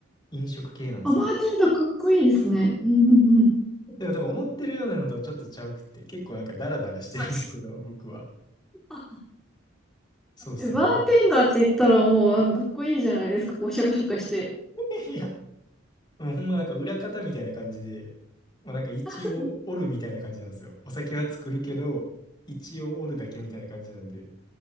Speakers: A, on the left (about 20°); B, in the centre.
A: 飲食系なんですけど。
B: あ、バーテンダーかっこいいですね。うんうんうん。
A: <laughs> でも多分思ってるようなのとはちょっとちゃうくって、結構なんかダラダラしてるんですけど、
B: あ
A: 僕は。
B: あ
A: そうですね。
B: えバーテンダーって言ったらもう、
A: なん
B: なんかかっこいいじゃないですか。こう、シャカシャカして。
A: <laughs> いや、もうほんまなんか裏方みたいな感じで、まあなんか一応おるみたいな感じなんですよ。
B: <laughs>
A: お酒は作るけど、一応おるだけみたいな感じなんで。